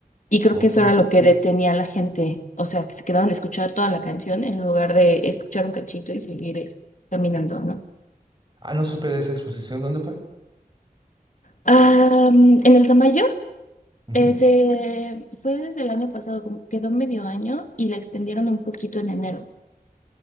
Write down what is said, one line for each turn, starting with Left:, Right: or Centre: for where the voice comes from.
Left: Y creo
Right: Ok.
Left: que eso era lo que detenía a la gente, o sea, que se quedaban a escuchar toda la canción en lugar de escuchar un cachito y seguir eh, caminando, ¿no?
Right: Ah, no supe de esa exposición. ¿Dónde fue?
Left: Ah, mm, en el Tamayo,
Right: Ujú.
Left: eh, se fue desde el año pasado, como quedó medio año y la extendieron un poquito en enero.